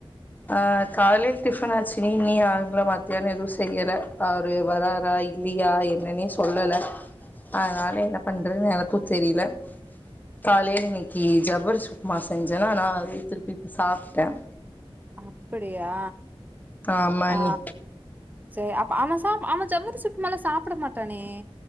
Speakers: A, on the left; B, on the right.
A: ஆ காலைல் டிஃபன் ஆச்சுணி நீ மத்தியானோ எதுவு செய்யல அவரு‌ வராறா இல்லையா என்னன்னே சொல்லல அதனால என்ன பண்றதுன் எனக்கு தெரியல காலையில இன்னைக்கி ஜவ்வரிசி உப்மா செஞ்சன்னா நா அதே திருப்பி இப்ப சாப்ட்ட
B: அப்படியா
A: ஆமா
B: ஆ
A: நீ
B: சேரி அப்ப அவ சாப் அவ ஜவ்வரிசி உப்மாலா சாப்பட மாட்டானே